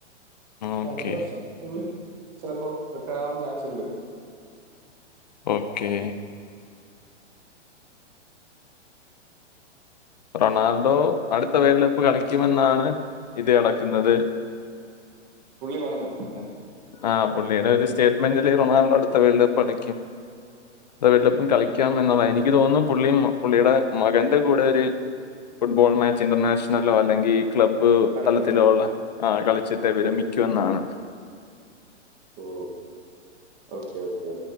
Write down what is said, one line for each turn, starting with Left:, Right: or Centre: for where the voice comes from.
Left: ഓക്കെ
Right: രണ്ട വർഷം ചിലപ്പോൾ റിട്ടഡ ആവാൻ ചാൻസ് ഇണ്ട്
Left: ഓക്കേ റൊണാൾഡോ അടുത്ത വേൾഡ് കപ്പ് കളിക്കുമെന്നാണ് ഇത് കടക്കുന്നത്
Right: പുള്ളി പറഞ്ഞോ അങ്ങനെ?
Left: ആഹ് പുള്ളിയുടെ ഒരു സ്റ്റേറ്റ്മെന്റ്ല്ല റൊണാൾഡോ അടുത്ത വേൾഡ് കപ്പ് കളിക്കും അത് വെല്ലപ്പും കളിക്കാം എന്നത <unintelligible> എനിക്ക് തോന്നും പുള്ളി പുള്ളിയുടെ മകന്റെ കൂടെ ഒരു ഫുട്ബോൾ മാച്ച് ഇന്റർനാഷണലോ അല്ലെങ്കി ക്ലബ്ബ്
Right: കളിക്കണമെന്നുണ്ട്
Left: തലത്തിലുള്ള ആഹ് കളിച്ചിട്ട് വിരമിക്കും
Right: ഓ ഓ ഓ
Left: എന്നാണ്
Right: ഓ ഓ ഓ ഓക്കെ ഓക്കെ